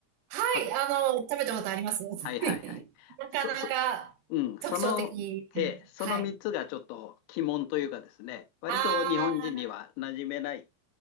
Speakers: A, on the right; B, on the left.
A: はい、
B: は、
A: あの、食べたことあります <laughs>
B: はいはいはい。
A: なかなか特徴的。
B: そ、そ、うん。その、ええ、その三つがちょっと鬼門というかですね、
A: はい。
B: 割と日本人には馴染めない
A: あ